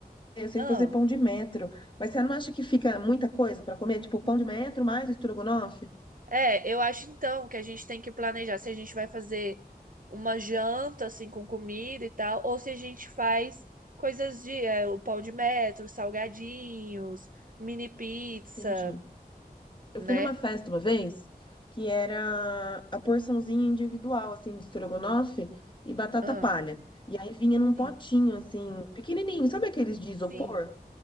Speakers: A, on the left; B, on the right.
A: Eu sei
B: Ah,
A: fazer pão de metro, mas você não acha que fica muita coisa pra comer? Tipo, pão de metro mais estrogonofe?
B: é, eu acho então que a gente tem que planejar se a gente vai fazer uma janta assim com comida e tal ou se a gente faz coisas de é, o pão de metro, salgadinhos, mini pizza,
A: Entendi. Eu
B: né?
A: fui numa festa uma vez que era a porçãozinha individual, assim, de estrogonofe e batata
B: Ah,
A: palha. E aí vinha num
B: sim.
A: potinho, assim, pequenininho,
B: Hum,
A: sabe aqueles de isopor?
B: sim.